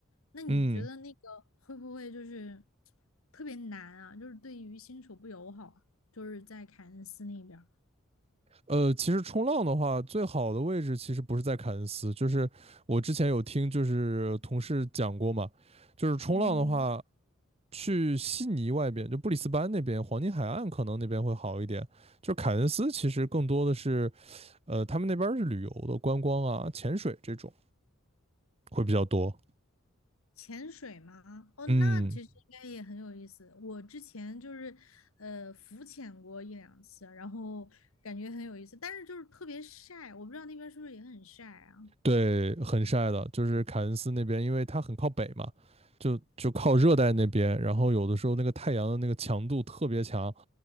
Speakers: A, on the left (about 85°); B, on the right (about 30°).
A: 那你觉得那个会不会就是
B: 嗯
A: 特别难啊？就是对于新手不友好啊？就是在凯恩斯那边儿
B: 呃，其实冲浪的话，最好的位置其实不是在凯恩斯，就是我之前有听就是同事讲过嘛，就是冲浪的话。
A: 嗯，
B: 去悉尼外边，就布里斯班那边，黄金海岸可能那边会好一点。就是凯恩斯其实更多的是，呃，他们那边是旅游的，观光啊、潜水这种会比较多。
A: 潜水吗？哦，
B: 嗯，
A: 那其实应该也很有意思。我之前就是呃浮潜过一两次，然后感觉很有意思，但是就是特别晒，我不知道那边是不是也很晒啊？
B: 对，很晒的，就是凯恩斯那边，因为它很靠北嘛，就就靠热带那边，然后有的时候那个太阳的那个强度特别强，